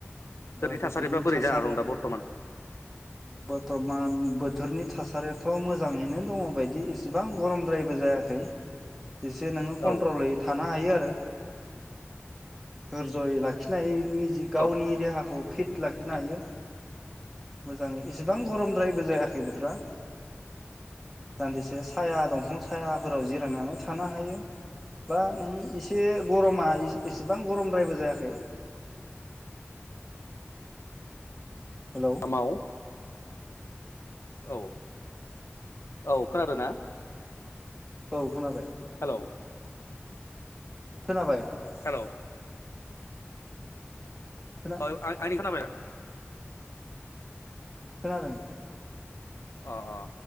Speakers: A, in the centre; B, on the left.
A: दा बोथोरनि
B: थासारिफ्रा बोरै
A: थासारिया
B: जाना दं दा बर्थमान
A: बर्थमान बो थोरनि थासारियाथ' मोजाङैनो दङ' बायदि इसेबां गरमद्रायबो जायाखै। इसे नोङो
B: औ
A: कन्ट्रलै थानो हायो आरो। दर्ज'यै लाखिनो हायो निजि गावनि
B: औ
A: देहा खौ फिट लाखिनो हायो मोजाङै एसेबां गरमद्रायबो जायाखै बोथोरा दान्दिसे साया दंफां सायाफोराव जिरायनानै थानो हायो बा नों एसे गरमा ए एसेबां गरमद्रायबो जायाखै। हेलौ
B: आमाव औ औ खोनादों ना?
A: औ खोनाबाय।
B: औ।
A: खोनाबाय?
B: हेलौ।
A: खोना
B: औ आं आंनि खोनाबायदा?
A: खोनादों।
B: अ अ